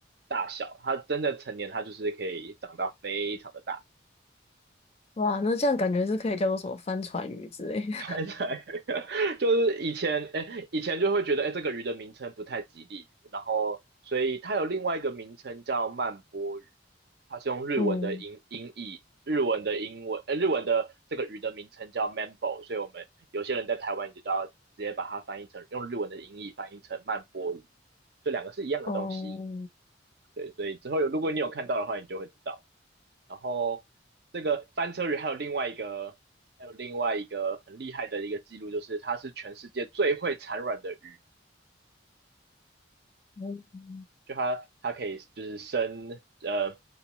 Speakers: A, on the right; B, on the left.
A: 大小，它真的成年它就是可以长到非常的大。
B: 哇，那这样感觉是可以叫做什么帆船鱼之类的。
A: 猜猜，<laughs> 就是以前，哎，以前就会觉得，哎，这个鱼的名称不太吉利，然后所以它有另外一个名称叫曼波鱼，它是用日文的音音译，
B: <laughs> 嗯，
A: 日文的英文，呃，日文的这个鱼的名称叫 m a m b o 所以我们有些人在台湾你就道，直接把它翻译成用日文的音译翻译成曼波鱼，这两个是一样的东西，
B: 哦，
A: 对，所以之后有如果你有看到的话，你就会知道。然后这个翻车鱼还有另外一个，还有另外一个很厉害的一个记录，就是它是全世界最会产卵的鱼，
B: 嗯
A: 就它它可以就是生呃